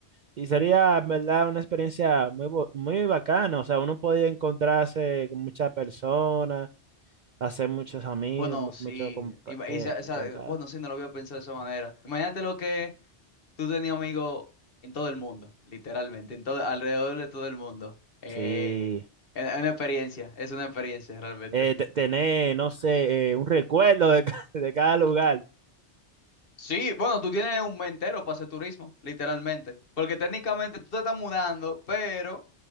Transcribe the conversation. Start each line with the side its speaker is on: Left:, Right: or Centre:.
Right: Y sería, en verdad, una experiencia muy, bo- muy bacana, o sea, uno podía encontrarse con muchas personas, hacer muchos amigos,
Left: Bueno,
Right: mu-
Left: sí.
Right: mucho, compa-
Left: Ima- esa-
Right: eh,
Left: esa-
Right: mucho contacto.
Left: bueno, sí, no lo había pensado de esa manera. Imagínate lo que tú tenías amigos en todo el mundo, literalmente, en todo, alrededor de todo el mundo. Eh,
Right: Sí,
Left: es es una experiencia, es una experiencia realmente.
Right: Eh, te- tener, no sé, eh, un recuerdo de, ca- <laughs> de cada lugar.
Left: Sí, bueno, tú tienes un mes entero para hacer turismo, literalmente. Porque técnicamente tú te estás mudando, pero